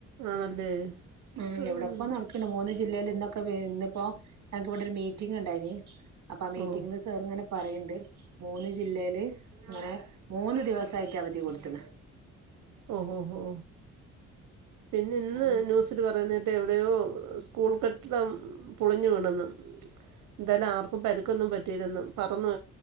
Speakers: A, on the right; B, on the right.
A: ആണല്ലേ
B: ആഹ്
A: ഉം
B: എവ്ടൊകൊ ന ക്ക്ണ് മൂന്ന് ജില്ലയില് ഇന്നൊക്കെ ഇന്ന്പ്പോ എന്ക്ക് ഇവിടെ ഒരു മീറ്റിംഗ്ണ്ടായിനി അപ്പൊ മീ
A: ഓ
B: സാറിങ്ങനെ പറിണ്ട് മൂന്ന് ജില്ലയില് ഇങ്ങനെ മൂന്ന് ദിവസായിട്ട് അവധി കൊട്ത്ത്ണ്.
A: ഓ ഓ ഓ പിന്നെ ഇന്ന്
B: മൂന്ന്
A: ന്യൂസി എന്തു പറയുന്നെട്ട് എവിടെയോ സ്കൂൾ കെട്ടിടം പൊളിഞ്ഞു വീണെന്നും. എന്തായാലും ആർക്കും പരുക്കൊന്നും പറ്റിയില്ലെന്ന് പറന്ന്